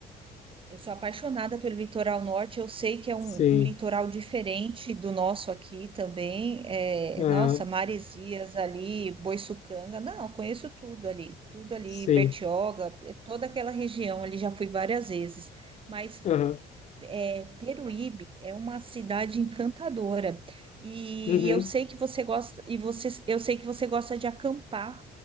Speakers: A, on the right; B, on the left.
A: Eu sou apaixonada pelo litoral norte, eu sei que é um,
B: sim,
A: um litoral diferente do nosso aqui também. É,
B: aham,
A: nossa, Maresias ali, Boiçucanga, não, conheço tudo ali, tudo ali,
B: sim,
A: Bertioga, eh, toda aquela região ali já fui várias vezes. Mas
B: aham,
A: é, Peruíbe é uma cidade encantadora e,
B: uhum,
A: eu sei que você gosta e você, eu sei que você gosta de acampar.